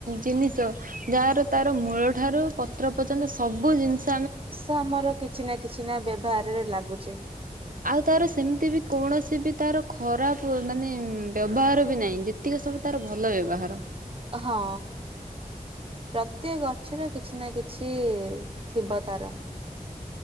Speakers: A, on the right; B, on the right.
A: ଜିନିଷ ଯାହାର ତାର ମୂଳ ଠାରୁ ପତ୍ର ପର୍ଯ୍ୟନ୍ତ ସବୁ ଜିନିଷ୍
B: ଓଷା ଆମର କିଛି ନା କିଛି ନା ବ୍ୟବହାରରେ ଲାଗୁଛି।
A: ଆଉ ତାର ସେମିତି ବି କୌଣସି ବି ତାର ଖରାପ୍ ମାନେ ବ୍ୟବହାର ବି ନାହିଁ ଯେ ଏତିକ ସସୋମୁ ତାର ଭଲ ବ୍ୟବହାର।
B: ହଁ। ପ୍ରତ୍ୟେକ ଗଛରେ କିଛି ନା କିଛି ଥିବ ତାର